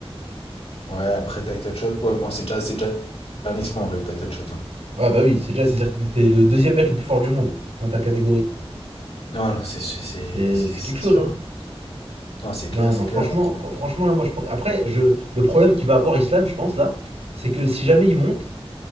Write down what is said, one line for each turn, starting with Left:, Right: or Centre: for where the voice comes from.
Left: Ouais, après title shot. Ouais, bon, c'est déjà, c'est déjà un exploit en vrai, le title shot. hein.
Right: Ouais, bah oui, c'est déjà, c'est-à-dire que t'es le deuxième mec le plus fort du monde dans ta catégorie.
Left: Non, non, c'est c'est- c'est-
Right: C'est
Left: c'est-
Right: c'est
Left: c'est
Right: quelque chose,
Left: sûr.
Right: hein.
Left: Non, c'est
Right: Non,
Left: clair, c'est
Right: non, franchement,
Left: clair.
Right: fr- franchement, là, moi, je pense. Après, je, le problème qu'il va avoir Islam, je pense, là, c'est que si jamais il monte,